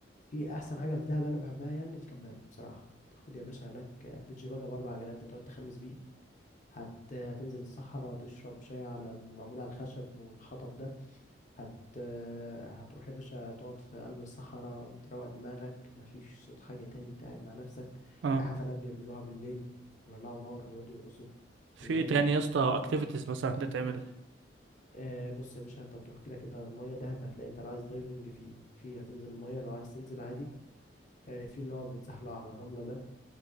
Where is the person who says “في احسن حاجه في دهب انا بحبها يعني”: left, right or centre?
Left